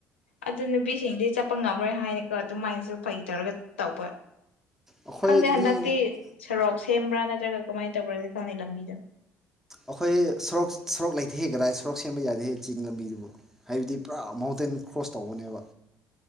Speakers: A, on the left; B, in the centre.
A: ꯑꯗꯨ ꯅꯨꯄꯤꯁꯤꯡꯗꯤ ꯆꯠꯄ ꯉꯝꯃꯔꯣꯏ ꯍꯥꯏꯔꯀꯣ ꯑꯗꯨꯃꯥꯏꯅꯁꯨ ꯐꯩ ꯇꯧꯔꯒ ꯇꯧꯕ
B: ꯑꯩꯈꯣꯏꯗꯗꯤ
A: ꯈꯪꯗꯦ ꯍꯟꯗꯛꯇꯤ ꯁꯣꯔꯣꯛ ꯁꯦꯝꯕ꯭ꯔꯥ ꯅꯠ ꯅꯠꯇ꯭ꯔꯒ ꯀꯃꯥꯏꯅ ꯇꯧꯕ꯭ꯔꯗꯤ ꯈꯪꯗꯦ ꯂꯝꯕꯤꯗ
B: ꯑꯩꯈꯣꯏ ꯁꯣꯔꯣꯛ ꯁꯣꯔꯣꯛ ꯂꯩꯇꯦꯍꯦ ꯀꯗꯥꯏ ꯁꯣꯔꯣꯛ ꯁꯦꯝꯕ ꯌꯥꯗꯦꯍꯦ ꯆꯤꯡ ꯂꯝꯕꯤꯗꯨꯕꯨ ꯍꯥꯏꯕꯗꯤ ꯄꯨꯔꯥ ꯃꯥꯎꯟꯠ ꯇꯦꯜ ꯀ꯭ꯔꯣꯁ ꯇꯧꯕꯅꯦꯕ